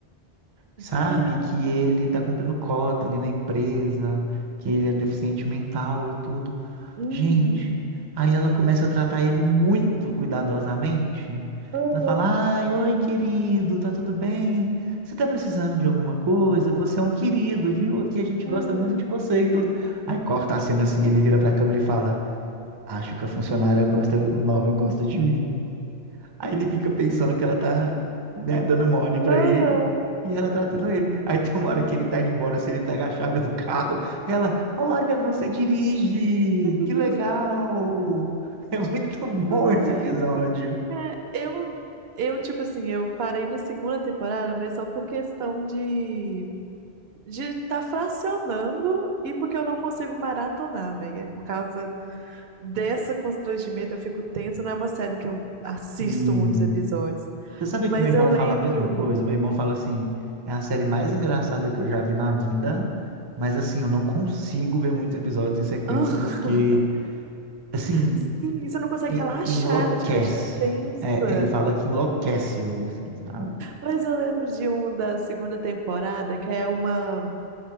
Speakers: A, on the right; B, on the right.
A: sabe?
B: Ai.
A: Que ele tá cumprindo cota ali na empresa, que ele é deficiente mental e tudo.
B: Uhum.
A: Gente, aí ela começa a tratar ele muito cuidadosamente.
B: Uhum.
A: Ela fala: Ai, oi, querido, tá tudo bem? Você tá precisando de alguma coisa? Você é um querido, viu? Aqui a gente gosta
B: Ai.
A: muito de você e tudo. Aí corta a cena assim, ele vira pra câmera e fala: Acho que a funcionária gosta, nova gosta de mim. Aí ele fica pensando que ela tá, né, dando mole pra
B: Uhum.
A: ele e ela tratando ele. Aí tem uma hora que ele tá indo embora, se ele pega a chave do carro, ela, olha, você dirige,
B: <laughs>
A: que legal. <laughs> É muito bom
B: Ai,
A: esse episódio.
B: é, eu, eu, tipo assim, eu parei na segunda temporada, mas só por questão de de tá fracionando e porque eu não consigo maratonar, velho. É Por causa desse constrangimento, eu fico tenso. Não é uma série que eu assisto
A: Sim.
B: muitos episódios.
A: Você sabe
B: Mas
A: que o meu irmão
B: eu lembro.
A: fala a mesma coisa? Meu irmão fala assim, é a série mais engraçada que eu já vi na vida, mas assim, eu não consigo ver muitos episódios em sequência
B: <laughs>
A: porque, assim,
B: Sim, você não consegue
A: me,
B: relaxar,
A: me enlouquece.
B: ela te deixa tensa.
A: É, ele fala que enlouquece ele, assim, sabe?
B: Mas eu lembro de um da segunda temporada, que é uma.